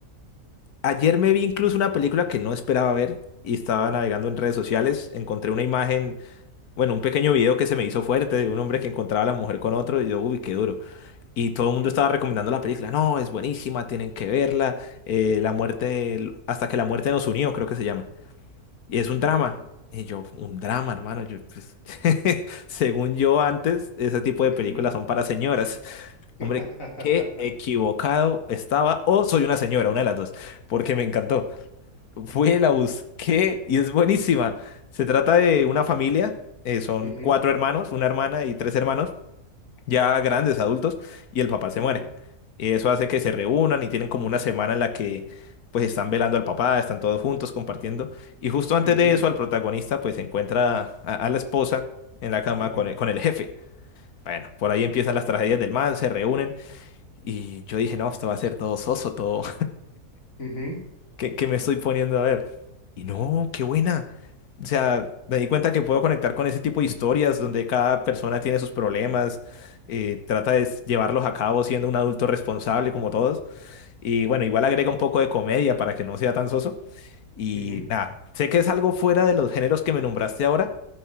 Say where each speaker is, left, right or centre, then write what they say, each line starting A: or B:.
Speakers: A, on the left; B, on the left.
A: Ayer me vi incluso una película que no esperaba ver y estaba navegando en redes sociales. Encontré una imagen, bueno, un pequeño video que se me hizo fuerte de un hombre que encontraba a la mujer con otro y yo, uy, qué duro. Y todo
B: ujú,
A: el mundo estaba recomendando la película. No, es buenísima, tienen que verla. eh, la muerte, hasta que la muerte nos unió, creo que se llama. Y es un drama.
B: ok,
A: Y yo, un drama, hermano. Yo, pues, <laughs> según yo antes, ese tipo de
B: ujú.
A: películas son para señoras. Hombre,
B: <laughs>
A: qué equivocado estaba. O soy una señora, una de las dos, porque me encantó. Fui, la busqué y es buenísima. Se trata de una familia. eh, son
B: Ujú,
A: cuatro hermanos, una hermana y tres hermanos ya grandes, adultos, y el papá se
B: ujú,
A: muere. Eso hace que se reúnan y tienen como una semana en la que pues están velando al papá, están todos juntos compartiendo. Y justo antes
B: ujú,
A: de eso, al protagonista pues encuentra a, a la esposa en la cama
B: ujú,
A: con el, con el jefe. Bueno, por ahí empiezan
B: ok,
A: las tragedias del man, se reúnen y yo dije, no, esto va a ser todo soso, todo,
B: ujú,
A: que, que me estoy poniendo a ver. Y no, qué buena. O sea, me di cuenta que puedo conectar con ese tipo de historias donde cada persona tiene sus problemas, eh, trata de s- llevarlos a cabo siendo un adulto responsable como todos. Y bueno,
B: ujú,
A: igual agrega un poco de comedia para que no sea tan soso. Y
B: ujú,
A: nada, sé que es algo fuera de los géneros que me nombraste ahora,